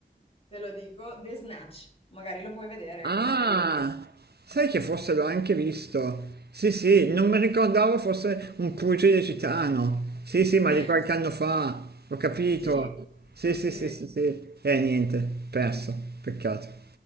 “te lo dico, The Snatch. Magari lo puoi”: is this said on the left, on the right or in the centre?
Left